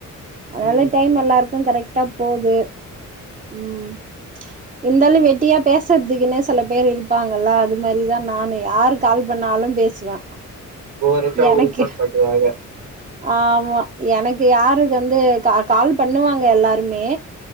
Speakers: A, on the right; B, on the right.
A: அதால
B: ம்
A: டைம் எல்லாருக்கு கரெக்டா போது ம் இருந்தாலு வெட்டியா பேசுற்துக்குன்னே செல பேர் இருப்பாங்கல்ல அது மாரிதா நானு யாரு கால் பண்ணா ணாலு பேசுவ
B: போரடிச்சா
A: எனக்கு
B: ஒரு <unintelligible>
A: ஆமா எனக்கு யாரு கு வந்து கா கால் பண்ணுவாங்க எல்லாருமே